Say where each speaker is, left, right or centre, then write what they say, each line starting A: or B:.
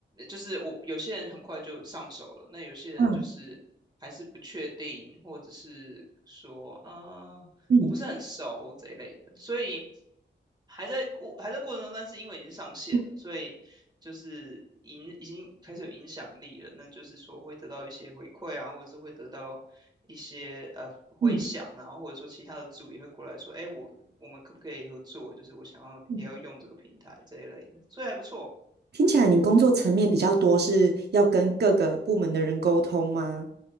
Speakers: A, on the right (about 20°); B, on the right (about 55°).
A: 就是我有些人很快就上手了，那有些人就是还是不确定，
B: 嗯
A: 或者是说，呃，
B: 嗯
A: 我不是很熟这一类的，所以还在过还在过程中，但是因为已经上线了，
B: 嗯
A: 所以就是影已经开始有影响力了，那就是说会得到一些回馈啊，或者是会得到一些呃回响啊，
B: 嗯，
A: 然后或者说其他的组也会过来说，哎，我我们可不可以合作？就是我想要也要用这个平台这一类的，
B: 嗯
A: 所以还不错，
B: 听起来你工作层面比较多，是要跟各个部门的人沟通吗？